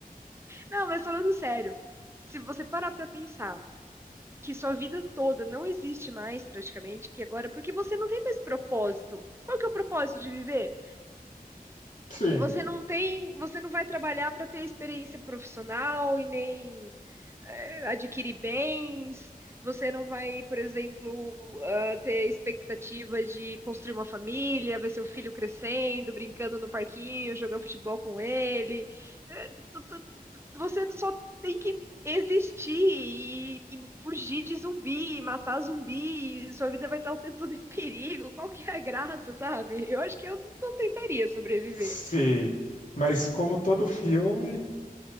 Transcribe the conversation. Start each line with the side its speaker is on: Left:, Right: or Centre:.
Right: Não, mas falando sério, se você parar pra pensar que sua vida toda não existe mais praticamente, que agora porque você não tem mais propósito. Qual que é o propósito de viver?
Left: Sim,
Right: Você não tem, você não vai trabalhar para ter experiência profissional e nem eh, adquirir bens. Você não vai, por exemplo, ah, ter expectativa de construir uma família, ver seu filho crescendo, brincando no parquinho, jogando futebol com ele. Eh, tu- tu- tu- Você só tem que existir e, e fugir de zumbi, matar zumbi, e sua vida vai estar o tempo todo em perigo. Qual que é a <laughs> graça, sabe? Eu acho que eu não tentaria sobreviver.
Left: sim. Mas como todo filme,